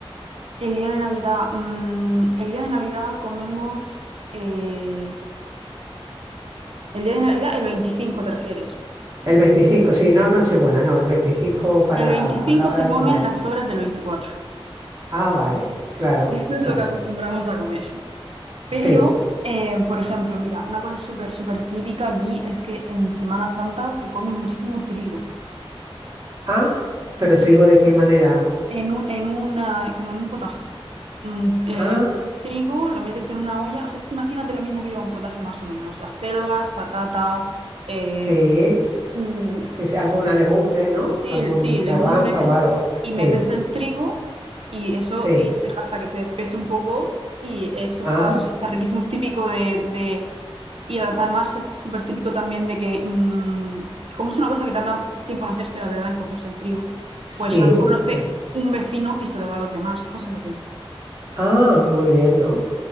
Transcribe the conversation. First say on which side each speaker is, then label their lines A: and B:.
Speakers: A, on the right; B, on the right.
A: El día de Navidad, mm, el día de Navidad comemos, eh, el día de Navidad, el 25, ¿te refieres?
B: El 25 sí, no Nochebuena,
A: Sí.
B: no, el 25 para
A: El 25
B: a la hora
A: se
B: de
A: comen
B: comer.
A: las sobras del 24.
B: Ah, vale, claro,
A: <laughs> Eso es
B: claro.
A: lo que acostumbramos a comer. Pero,
B: Sí,
A: eh, por ejemplo, mira, una cosa súper, súper típica aquí es que en Semana Santa se come muchísimo trigo,
B: Ah, pero trigo de qué manera?
A: en un, en una, como en un potaje. Un, eh,
B: Ah,
A: trigo lo metes en una olla, o sea, es que imagínate lo mismo que lleva un potaje más o menos, acelgas, patata, eh,
B: sí,
A: mm,
B: sí, sí, alguna legumbre, ¿no?
A: sí,
B: Algún
A: sí,
B: garbanzo
A: legumbres,
B: o algo. Sí,
A: y metes el trigo y eso
B: sí.
A: y deja hasta que se espese un poco y eso
B: Ah,
A: está, está riquísimo, es típico de, de Y adem- además es súper típico también de que, mm, como es una cosa que tarda tiempo en hacerse, la verdad, en cocerse el trigo,
B: sí,
A: pues a lo mejor lo hace
B: sí.
A: un vecino y se lo da a los demás, cosas así.
B: Ah, muy bien, ¿no?